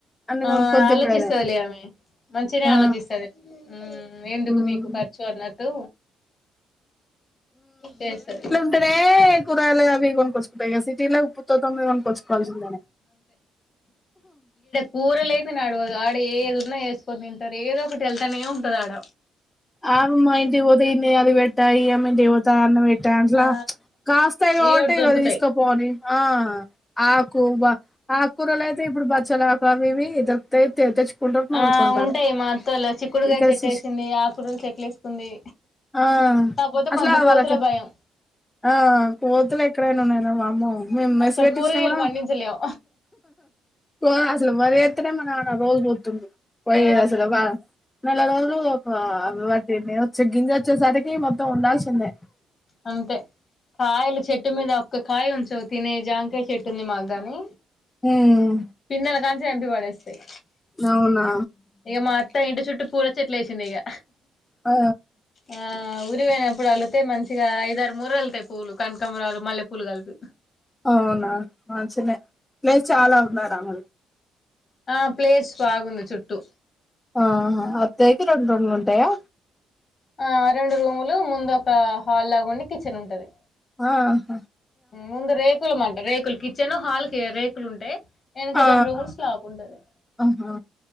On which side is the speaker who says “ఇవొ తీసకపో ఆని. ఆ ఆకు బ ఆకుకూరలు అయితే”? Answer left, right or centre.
Left